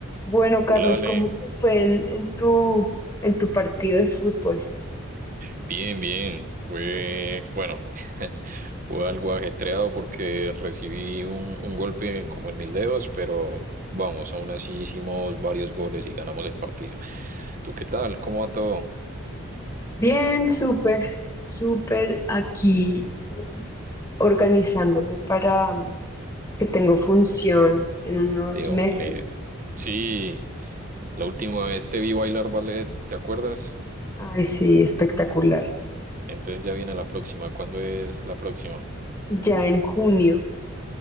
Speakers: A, on the left; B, on the right.
A: Bueno, Carlos,
B: Hola, Ale.
A: ¿cómo te fue en, en tu, en tu partido de fútbol?
B: Bien, bien. Fue, bueno, <laughs> fue algo ajetreado porque recibí un, un golpe como en mis dedos, pero vamos, aún así hicimos varios goles y ganamos el partido. ¿Tú qué tal? ¿Cómo va todo?
A: Bien, súper, súper aquí eh, organizándome para mm, que tengo función en unos
B: De ballet.
A: meses.
B: Sí, la última vez te vi bailar ballet, ¿te acuerdas?
A: Ay, sí, espectacular.
B: Entonces ya viene la próxima. ¿Cuándo es la próxima?
A: Ya en junio.